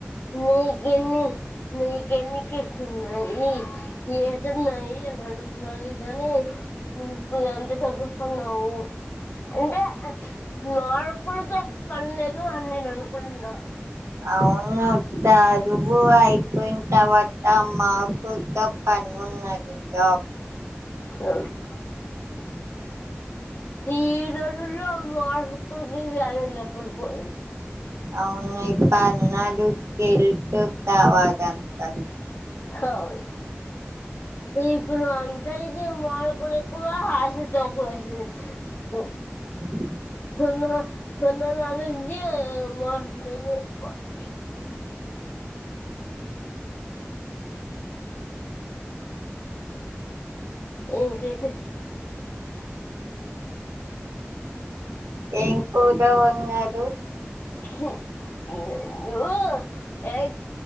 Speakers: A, on the left; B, on the right.
A: నీకెన్ని నీకెన్ని కిట్స్ ఉన్నాయి ఏజ్ ఉన్నాయి అడుగుతున్నారు గానీ నువ్వు ఇప్పుడు ఎంత చదువుకున్నావు అంటే మార్కుల తో పనిలేదు అని నేను అనుకుంటున్నా
B: అవును తదువు అయిపోయిన తర్వాత మా కొత్త పనున్నది జాబ్
A: అ <unintelligible> ఈ రోజుల్లో మార్కులకి వాల్యు లేకుండా పోయింది
B: అవును <unintelligible> కావాలంటంది
A: హవ్
B: <inaudible>
A: ఇప్పుడు అందరికి మార్కులు ఎక్కువ ఆశ తక్కువై పోయి
B: మ్
A: తొందర తొందర లానే ఉంది ఏం మార్కులేమో బారిపొయింది ఇంకేంటి
B: ఏం కూర వన్నడు
A: హు ఉమ్మ్ నేను ఎగ్